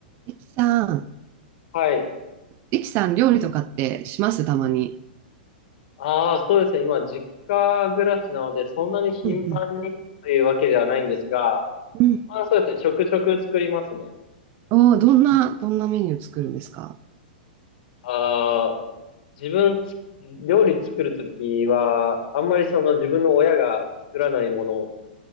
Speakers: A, on the right; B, on the left.
A: リキさん、
B: はい。
A: リキさん、料理とかってしますたまに。
B: ああ、そうですね。今、実家暮らしなので、そんなに頻繁にというわけではないんですが、
A: うんうん。うん。
B: まあそうですね。ちょくちょく作りますね。
A: おー、どんな、どんなメニュー作るんですか
B: ああ、自分つ、料理作るときは、あんまりその自分の親が作らないものを